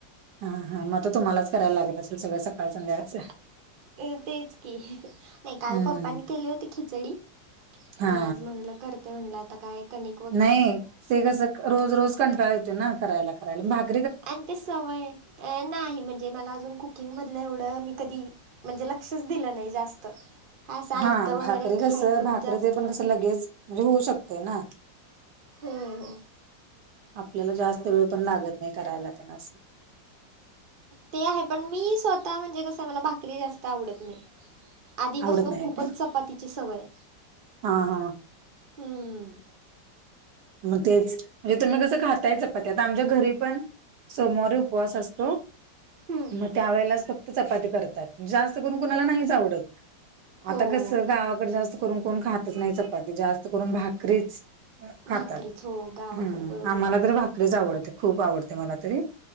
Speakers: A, on the right; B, on the right.
A: हा हा मग तर तुम्हालाच करायला लागत असेल, सगळं सकाळ संध्याकाळच.
B: अ तेच की नाही काल
A: हम्म
B: पप्पांनी केले होते खिचडी. मग
A: हा
B: आज म्हणल करते म्हणल आता काय कणी-
A: नाही ते कसं रोज रोज कंटाळा येत ना करायला करायला भाग-
B: आणि ते सवय नाही म्हणजे मला अजून कुकिंग मधलं एवढं मी कधी- म्हणजे लक्षच दिलं नाही जास्त. काय असं आयतं
A: हा
B: वगैरे
A: भाकरी
B: खायचं
A: कसं भाकरी
B: जास्त
A: ते पण कसं लगेच म्हणजे होऊ शकतंय ना.
B: हो हो
A: आपल्याला जास्त वेळ पण लागत नाही करायला तेन असं-
B: ते आहे, पण मी स्वतः म्हणजे कस मला भाकरी जास्त आवडत नाही. आधीपासन
A: आवडत नाही
B: खूपच
A: काय
B: चपातीची सवय-
A: हा हा
B: हम्म.
A: मग तेच म्हणजे तुम्ही कसं खाताय चपात्या ते, आता आमच्या घरी पण- सोमवारी उपवास असतो
B: हम्म.
A: म- त्या वेळेलाच फक्त चपाती करतात. म्हणजे जास्त करून कुणाला नाहीच आवडत.
B: हो
A: आता कसं गावाकडे जास्त करून कोण खातच नाही चपाती जास्त करून भाकरीच. खातात.
B: भाकरीच हो गावाकडे
A: हम्म
B: बरोबर
A: आम्हाला
B: आहे.
A: तर भाकरी- भाकरीच आवडते. खूप आवडते मला तरी